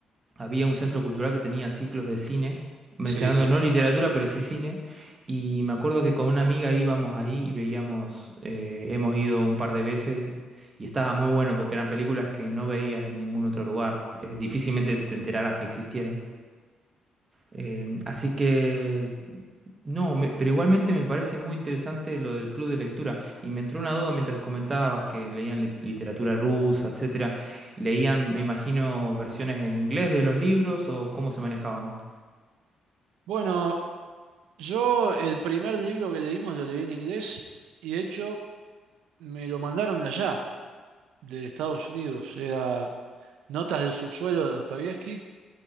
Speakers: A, on the right; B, on the right.
A: había un centro cultural que tenía ciclos de cine, mencionando
B: sí, sí.
A: no literatura, pero sí cine, y me acuerdo que con una amiga íbamos ahí y veíamos, eh, hemos ido un par de veces. Y estaba muy bueno porque eran películas que no veías en ningún otro lugar. eh, difícilmente te enteraras que existieran. Em, así que, no, me- pero igualmente me parece muy interesante lo del club de lectura. Y me entró una duda mientras comentabas que leían li- literatura rusa, etcétera. ¿Leían, me imagino, versiones en inglés de los libros o cómo se manejaban?
B: Bueno, yo el primer libro que leímos lo leí en inglés y de hecho me lo mandaron de allá, de Estados Unidos. Era Notas del subsuelo de Dostoyevsky.